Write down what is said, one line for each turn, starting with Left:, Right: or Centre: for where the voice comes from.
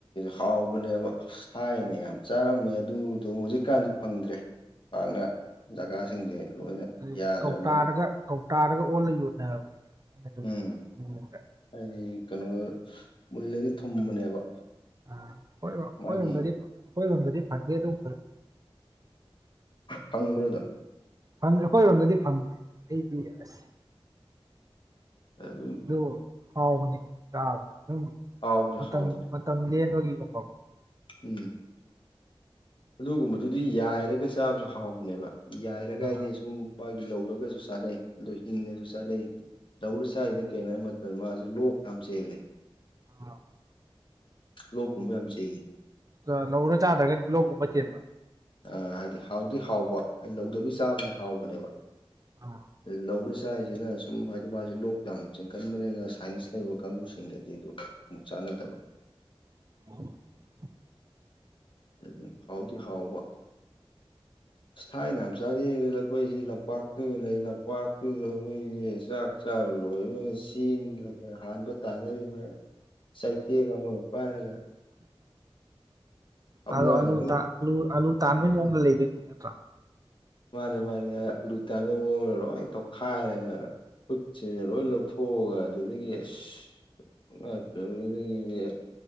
Left: ꯍꯥꯎꯕꯅꯦꯕ ꯑꯁ ꯊꯥꯏꯅ ꯌꯥꯝ ꯆꯥꯔꯝꯃꯦ ꯑꯗꯨꯗꯣ ꯍꯧꯖꯤꯛꯀꯥꯟꯗꯤ ꯐꯪꯗ꯭ꯔꯦ ꯄꯥꯛꯅ ꯖꯒꯥꯁꯤꯡꯁꯦ ꯂꯣꯏꯅ
Right: ꯍꯧꯖꯤꯛ
Left: ꯌꯥꯗ꯭ꯔꯕꯅꯤꯅ
Right: ꯀꯧꯇꯥꯗꯒ ꯀꯧꯇꯥꯗꯒ ꯑꯣꯜꯂ ꯌꯣꯟꯅꯕꯅ‌ꯦ ꯑꯩꯅ
Left: ꯎꯝ
Right: <unintelligible> ꯕꯗ
Left: ꯍꯥꯏꯗꯤ ꯀꯩꯅꯣ ꯃꯨꯜꯂꯗꯤ ꯊꯨꯝꯕꯅꯦꯕ
Right: ꯑ ꯑꯩꯈꯣꯏꯔꯣꯝ ꯑꯩꯈꯣꯢꯔꯣꯝꯗꯗꯤ
Left: ꯃꯥꯒꯤ
Right: ꯑꯩꯈꯣꯏꯔꯣꯝꯗꯗꯤ ꯐꯪꯗꯦ ꯑꯗꯨꯒꯨꯝꯕ
Left: ꯐꯪꯕ꯭ꯔ‌ꯣ ꯗꯨꯝ
Right: ꯐꯪꯗ‌ꯦ ꯑꯩꯈꯣꯏꯔꯣꯝꯗꯗꯤ ꯐꯪꯗꯦ ꯑꯩꯗꯤ ꯑꯁ
Left: <unintelligible>
Right: ꯑꯗꯣ ꯍꯥꯎꯕꯅꯤ ꯆꯥꯕ ꯗꯨꯝ
Left: ꯍꯥꯎꯕꯅꯦ
Right: ꯃꯇꯝ
Left: ꯍꯥꯎꯕꯅꯦ
Right: ꯃꯇꯝ ꯂꯦꯟꯕꯒꯤꯒꯨꯝꯕ
Left: ꯎꯝ ꯑꯗꯨꯒꯨꯝꯕꯗꯨꯗꯤ ꯌꯥꯏꯔꯒ ꯆꯥꯕꯁꯨ ꯍꯥꯎꯕꯅꯦꯕ ꯌꯥꯏꯔꯒ
Right: ꯑꯥ
Left: ꯍꯥꯏꯗꯤ ꯁꯨꯝ ꯄꯥꯒꯤ ꯂꯧꯔꯒꯁꯨ ꯆꯥꯅꯩ ꯑꯗꯨ ꯍꯤꯡꯅꯁꯨ ꯆꯥꯅꯩ ꯂꯧꯔ ꯆꯥꯏꯁꯤꯅ ꯀꯩꯅꯣ ꯍꯥꯏꯕ ꯃꯇꯝ ꯃꯥꯁꯦ ꯂꯣꯛ ꯌꯥꯝ ꯆꯦꯜꯂꯦ
Right: ꯑꯣ
Left: ꯂꯣꯛꯒꯨꯝꯕ ꯌꯥꯝ ꯆꯦꯜꯂꯦ
Right: ꯑ ꯂꯧꯔ ꯆꯥꯗ꯭ꯔꯒꯗꯤ ꯂꯣꯛꯒꯨꯝꯕ ꯆꯦꯟꯕ꯭ꯔ
Left: ꯑ ꯍꯥꯏꯗꯤ ꯍꯥꯎꯗꯤ ꯍꯥꯎꯕ ꯑꯩ ꯂꯧꯗꯕꯤ ꯆꯥꯕꯅ ꯍꯥꯎꯕꯅꯦꯕ
Right: ꯎꯝ
Left: ꯂꯧꯔ ꯆꯥꯏꯁꯤꯅ ꯁꯨꯝ ꯍꯥꯏꯗꯤ ꯃꯥꯁꯦ ꯂꯣꯛ ꯌꯥꯝ ꯆꯦꯟꯀꯟꯕꯅꯤꯅ ꯁꯥꯏꯟꯁꯅꯤꯁ ꯂꯩꯕ ꯀꯥꯡꯕꯨꯁꯤꯡꯗꯗꯤ ꯑꯗꯨ ꯑꯃꯨꯛ ꯆꯥꯟꯅꯗꯕ
Right: <inaudible>
Left: ꯑꯗꯨꯝ ꯍꯥꯎꯗꯤ ꯍꯥꯎꯕ ꯊꯥꯢꯅ ꯌꯝ ꯆꯔ꯭ꯛꯢꯗꯤ ꯅꯪ ꯑꯩꯈꯣꯏꯁꯤ ꯂꯝꯄꯥꯛꯇꯒ ꯂꯩ ꯂꯝꯄꯥꯛꯇꯨꯗ ꯑꯩꯈꯣꯏꯒꯤ ꯆꯥꯛ ꯆꯥꯕ ꯂꯣꯏꯔꯒ ꯆꯦꯟꯕ ꯍꯥꯟꯕ ꯇꯥꯅꯔꯤꯕ ꯆꯩꯇꯦꯛ ꯑꯃꯒ ꯄꯥꯏꯔꯒ ꯑꯝꯅꯒꯗꯪ
Right: ꯑꯂꯨ ꯑꯂꯨ ꯇꯥꯟ ꯑꯂꯨ ꯑꯂꯨ ꯇꯥꯟꯕꯩ ꯃꯑꯣꯡꯗ ꯂꯩꯒꯅꯤ ꯅꯠꯇ꯭ꯔꯥ
Left: ꯃꯥꯅꯦ ꯃꯥꯅꯦ ꯑꯂꯨ ꯇꯥꯟꯕ ꯃꯑꯣꯡ ꯂꯣꯏ ꯇꯧꯈꯥꯢꯔꯒꯅ ꯈꯨꯠꯁꯤ ꯂꯣꯏ ꯂꯧꯊꯣꯛꯑꯒ ꯑꯗꯨꯗꯒꯤ ꯑꯁ <unintelligible>